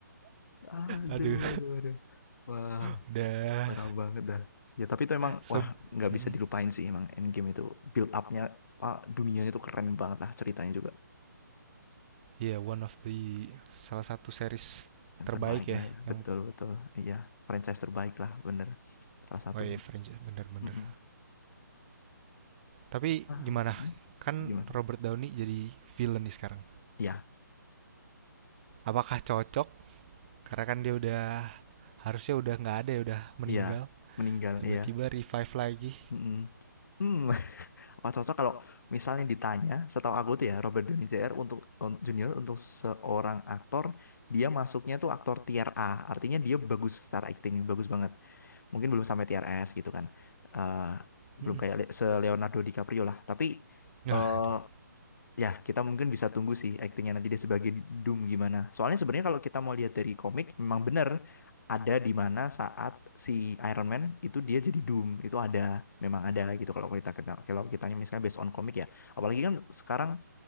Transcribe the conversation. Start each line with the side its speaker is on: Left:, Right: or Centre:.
Left: aduh,
Right: Aduh,
Left: aduh, aduh. Wah,
Right: udah
Left: parah banget dah. Ya tapi itu emang,
Right: se
Left: wah nggak
Right: mm,
Left: bisa dilupain sih emang Endgame itu. Build up-nya, Pak, dunianya itu keren banget lah ceritanya juga.
Right: iya, one of the salah satu series
Left: Yang
Right: terbaik
Left: terbaik
Right: ya
Left: lah ya,
Right: yang
Left: betul-betul. Iya, franchise terbaik lah, bener. Salah satu.
Right: oh iya franchise bener-bener.
Left: Mm-mm.
Right: Tapi
Left: Ah,
Right: gimana?
Left: mm-mm.
Right: Kan
Left: Gimana?
Right: Robert Downey jadi villain nih sekarang.
Left: Iya,
Right: Apakah cocok? Karena kan dia udah harusnya udah nggak ada ya udah meninggal.
Left: iya. Meninggal,
Right: Tiba-tiba
Left: iya.
Right: revive lagi.
Left: Mm-mm. Hmm. <laughs> Pak Cocok kalau misalnya ditanya, setahu aku tuh ya Robert Downey Jr. untuk un- junior untuk seorang aktor dia masuknya tuh aktor tier A, artinya dia bagus secara acting, bagus banget. Mungkin belum sampai tier S gitu kan, Eh
Right: mm
Left: belum kayak Le- se Leonardo DiCaprio lah. Tapi
Right: Nah,
Left: eh,
Right: aduh,
Left: Ya, kita mungkin bisa tunggu sih aktingnya nanti dia sebagai Doom gimana. Soalnya sebenarnya kalau kita mau lihat dari komik, memang benar ada di mana saat si Iron Man itu dia jadi Doom. Itu ada, memang ada gitu kalau kita kalau kita misalnya based on komik ya. Apalagi kan sekarang